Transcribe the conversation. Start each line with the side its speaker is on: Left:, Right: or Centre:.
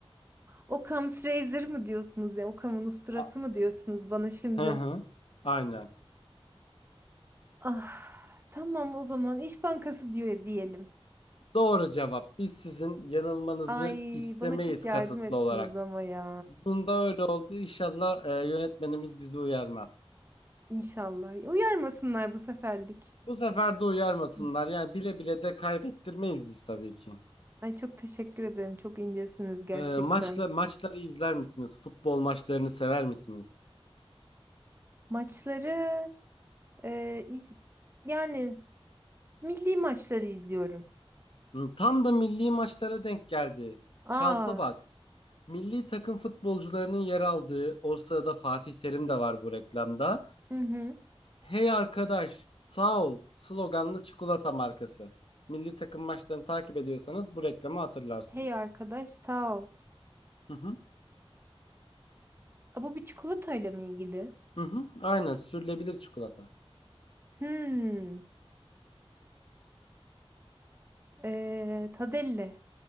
Right: Occam's Razor mı diyorsunuz ya? Occam'ın usturası
Left: A-
Right: mı diyorsunuz bana şimdi?
Left: Hı hı. Aynen.
Right: Ah, tamam o zaman İş Bankası diyor diyelim.
Left: Doğru cevap. Biz sizin yanılmanızı
Right: Ay
Left: istemeyiz
Right: bana çok yardım
Left: kasıtlı
Right: ettiniz
Left: olarak.
Right: ama ya.
Left: Bunda öyle oldu. İnşallah e, yönetmenimiz bizi uyarmaz.
Right: İnşallah. Uyarmasınlar bu seferlik.
Left: Bu sefer de uyarmasınlar.
Right: Hı.
Left: Yani bile bile de kaybettirmeyiz biz tabii ki.
Right: Ay çok teşekkür ederim. Çok incesiniz gerçekten.
Left: Ee, maçla maçları izler misiniz? Futbol maçlarını sever misiniz?
Right: Maçları e, iz, yani milli maçları izliyorum.
Left: Hı, Tam da milli maçlara denk geldi.
Right: Aa,
Left: Şansa bak. Milli takım futbolcularının yer aldığı, o sırada Fatih Terim de var bu reklamda.
Right: hı hı.
Left: Hey arkadaş, sağ ol sloganlı çikolata markası. Milli takım maçlarını takip ediyorsanız bu reklamı hatırlarsınız.
Right: Hey arkadaş sağ ol.
Left: Hı hı.
Right: Aa, bu bir çikolatayla mı ilgili?
Left: Hı hı. Aynen sürülebilir çikolata.
Right: Hmm. E, Tadelle.